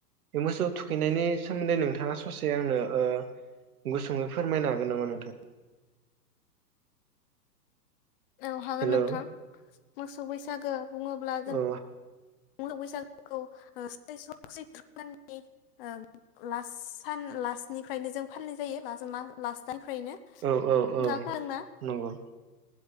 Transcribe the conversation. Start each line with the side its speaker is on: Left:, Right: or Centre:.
Right: बे मोसौ थुखैनायनि सोमोन्दै नोंथाङा ससे आंनो ओ गुसुङै फोरमायनो हागोन नामा नोंथां?
Left: औ हागोन
Right: हेलौ
Left: नोंथां मोसौ बैसागो बुङोब्ला जों
Right: औ
Left: बैसागुखौ <unintelligible> बैसाग सैथ्र'दाननि ओ लास सान लासनिफ्रायनो जों फालिनाय जायो दाननिफ्रायनो
Right: औ औ
Left: नोंथाङा
Right: औ
Left: खोनादोंना
Right: नंगौ